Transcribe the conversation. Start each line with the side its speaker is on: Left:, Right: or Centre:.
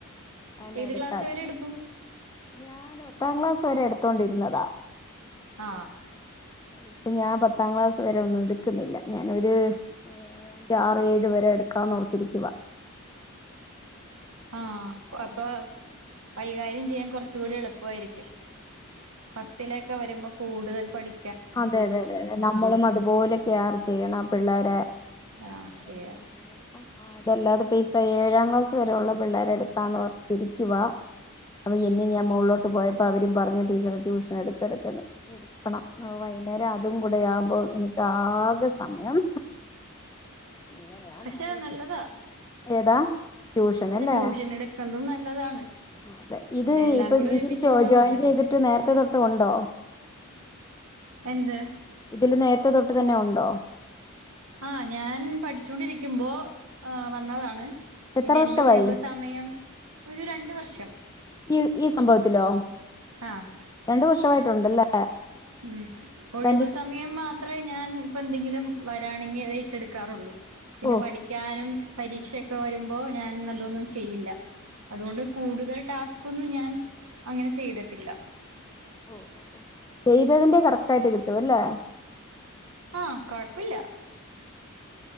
Left: അനെ
Right: ഏത്
Left: എടുക്കാത്ത
Right: ക്ലാസ് വരെ എടുക്കും
Left: ഞാൻ പത്താം ക്ലാസ് വരെ എടുത്തോണ്ടിരുന്നതാ
Right: ആഹ്
Left: ഇപ്പ ഞാൻ പത്താം ക്ലാസ് വരെ ഒന്നും എടുക്കുന്നില്ല ഞാനൊരു <unintelligible> ആറ് ഏഴ് വരെ എടുക്കാന്ന് ഓ ർത്തിരിക്കുവാ
Right: ആഹ് അപ്പൊ കൈകാര്യം ചെയ്യാൻ കുറച്ച കൂടി എളുപ്പായിരിക്കും പത്തിലേക്കെ വരുമ്പോ കൂടുതൽ പഠി
Left: അതെയതെതെ നമ്മളും അതുപോലെ കെയർ ചെയ്യണം പിള്ളേരെ
Right: ആഹ്
Left: അതുകൊണ്ട്
Right: ശരിയാ
Left: ഞാനിപ്പം അതല്ലാതെ <unintelligible> ഇപ്പോ ഏഴാം ക്ലാസ്സ് വരെയുള്ള പിള്ളേരെ എടുക്കാ എന്ന് ഓർത്തിരിക്കുവാ അപ്പോ ഇന്ന് ഞാൻ മോളിലോട്ട് പോയപ്പോൾ അവരും പറഞ്ഞ് ടീച്ചറെ ട്യൂഷൻ എടുക്ക് എടുക്കെന്ന് എടുക്കണം ആ വൈകുന്നേരം അതും കൂടെ ആകുമ്പോ എനിക്ക് ആകെ സമയം എങ്ങനെയാന്ന്
Right: പക്ഷെ
Left: അറിയത്തി
Right: നല്ലതാ
Left: ഏതാ ട്യൂഷൻ
Right: പക്ഷെ
Left: അല്ലേ
Right: ട്യൂഷൻ എടുക്കുന്നതും നല്ലതാണ്
Left: അതെ ഇത്
Right: ഇതെല്ലാം
Left: ഇപ്പൊ
Right: കൂടി ഒരുമിച്ച്
Left: ഇതിൽ
Right: കൊണ്ടുപോവാലോ
Left: ജോയിൻ ചെയ്തിട്ട് നേരത്തെ തൊട്ട് ഉണ്ടോ
Right: എന്ത്
Left: ഇതില് നേരത്തെ തൊട്ട് തന്നെ ഉണ്ടോ
Right: ആഹ് ഞാൻ പഠിച്ചോൊണ്ടിരിക്കുമ്പോ ആ വന്നതാണ്
Left: എത്ര
Right: പിന്നെ
Left: വർഷമായി
Right: എന്റെ ഒഴിവ് സമയം ഒരു രണ്ട് വർഷം.
Left: ഈ ഈ സംഭവത്തിലോ
Right: ആഹ്
Left: രണ്ടു വർഷമായിട്ടുണ്ടല്ലേ
Right: ഉ ഒഴിവ്
Left: കണ്ടിന്യൂ
Right: സമയം മാത്രേ ഞാൻ ഇപ്പ എന്തെ വരാണെങ്കിൽ അ ഏറ്റെടുക്കാറുള്ളൂ പിന്നെ
Left: ഓ
Right: പഠിക്കാനും പരീക്ഷയൊക്കെ വരുമ്പോ ഞാൻ അതൊന്നും ചെയ്യില്ല അതുകൊണ്ട് കൂടുതൽ ടാസ്ക്കോന്നും ഞാൻ അങ്ങനെ ചെയ്തിട്ടില്ല.
Left: ഓ ചെയ്തതിന്റെറെ കറക്റ്റയിട്ട് കിട്ടും അല്ലേ
Right: ആഹ് കൊഴപ്പില്ല